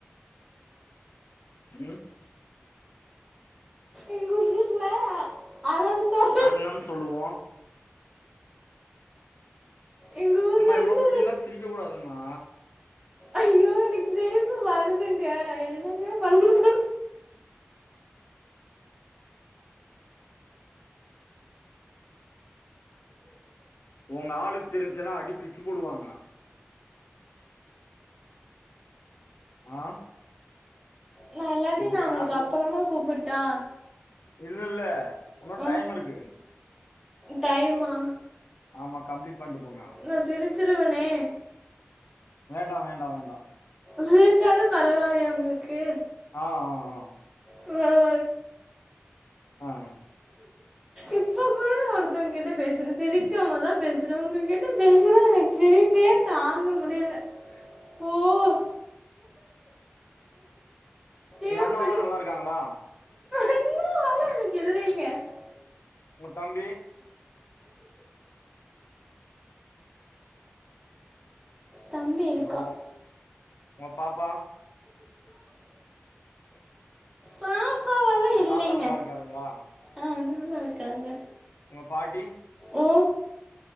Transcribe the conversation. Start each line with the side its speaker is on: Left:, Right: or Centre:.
Left: ம்
Right: எங்க ஊர்ல அளவு சாப்
Left: அன்னம் சொல்லுவோ
Right: எங்கள் ஊரில்
Left: ஏம்மா இவ்ள
Right: வந்து
Left: இப்டிலா சிரிக்க கூடாதும்மா
Right: ஐயோ எனக்கு சிரிப்பு வருதுங்க என்னங்க பண்சொ
Left: ஒங்க ஆளுக்கு தெரிஞ்சினா அடி பிச்சி புடுவாங்க ஆ
Right: நா இல்லாட்டி
Left: இப்டி
Right: நா உங்களுக்கு
Left: ஆப்ல
Right: அப்பறமா கூப்பிட்டா
Left: இல்ல இல்ல உன்னு
Right: ஆ
Left: டைம் இருக்கு
Right: டைமா
Left: ஆமா கம்ப்ளீட் பண்ட்டு போங்க
Right: நா சிரிச்சிருவனே
Left: வேண்டா வேண்டா வேண்டா
Right: சிரிச்சாலு பரவால்லையா உங்களுக்கு
Left: ஆ ஆ ஆ
Right: அ
Left: அ
Right: இப்ப கூட நா ஒருத்தவங்க கிட்ட பேசுன சிரிக்காம தா பேசின உங்க கிட்ட பேசுன எனக்கு சிரிப்பே தாங்க முடியல ஓ
Left: ஒங்க
Right: ஏன்
Left: அண்ணவோலா
Right: இப்படி
Left: நல்லாருக்காங்களா
Right: அண்ணாவால <unintelligible>
Left: உங்க தம்பி
Right: தம்பி இருக்கான்
Left: ஹலோ உங்க பாப்பா
Right: பாப்பாவெல்லாம்
Left: உங்க
Right: இல்லைங்க
Left: தாத்தா நல்லாருக்காருங்ளா
Right: ஆ நல்லா இருக்காங்க
Left: உங்க பாட்டி
Right: ஓ